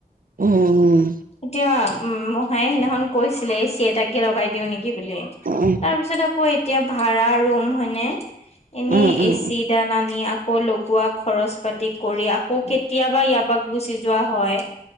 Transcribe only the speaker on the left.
এতিয়া উম মহায়ে সিদিনাখন কৈছিলে চিয় তাকে লগাই দিও নেকি ব
তাৰ পিছত আকৌ এতিয়া ভাড়া ৰুম হয়নে এনেই
এচিডাল আনি আকৌ লগোৱা খৰচ পাতি কৰি আকৌ কেতিয়াবা ইয়াৰ পৰা গুচি যোৱা হয়